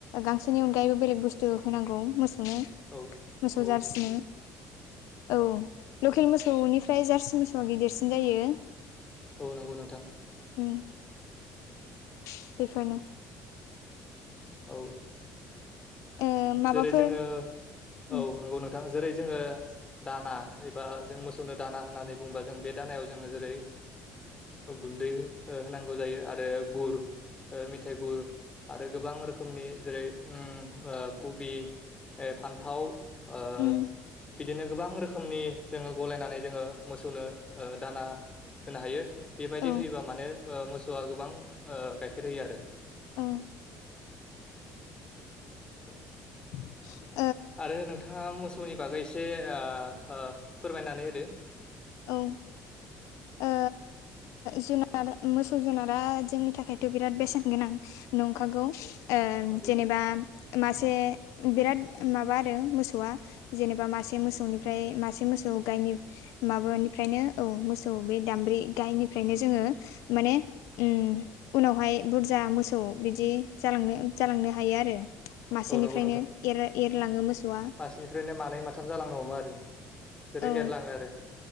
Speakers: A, on the left; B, on the left.
A: गांसोनि अनगायैबो बेलेग बुस्थु होनांगौ मोसौनो।
B: औ
A: मोसौ
B: औ
A: जारसिनो औ लकेल मोसौनिफ्राय जारसि मोसौ। स' गिदिरसिन जायो।
B: औ नंगौ नोंथां।
A: उम बेफोरनो।
B: औ।
A: ओ माबाफोर
B: जेरै जोङो औ
A: उम
B: नंगौ नोंथां जेरै जोङो। दाना एबा जों मोसौनो दाना होननानै बुङबा जों बे दानायाव जोङो जेरै। ओ गुन्दै हो होनांगौ जायो आरो गुर। ओ मिथाइ गुर आरो गोबां रोखोमनि जेरै उम ओ। कुबि ओ फान्थाव ओ
A: उम
B: बिदिनो गोबां रोखोमनि। जोङो गलायनानै जोङो मोसौनो ओ दाना होनो हायो। बेबायदि
A: औ
B: होयोबा माने ओ मोसौआ गोबां ओ गाइखेर होयो आरो।
A: औ
B: औ।
A: <inaudible>
B: आरो नोंथाङा मोसौनि बागै एसे ओ ओ फोरमायनानै होदो।
A: औ। ओ जुनार मोसौ जुनारा जोंनि थाखायथ' बिराद बेसेन गोनां नंखागौ
B: औ नंगौ
A: जेनेबा
B: नोंथां
A: मासे बिराद माबा आरो मोसौआ जेनेबा मासे मोसौनिफ्राय मासे मोसौ गायनि माबानिफ्रायनो औ मोसौ बे दामब्रि गायनिफ्रायनो जोङो माने उनावहाय बुरजा मोसौ बिदि जालांनो जालांनो हायो आरो मासेनिफ्रायनो
B: औ नंगौ
A: एरलाङो मोसौआ
B: बिनिफ्रायनो मानै माथाम जालांनो हमो आरो जेरै
A: औ
B: एरलाङो आरो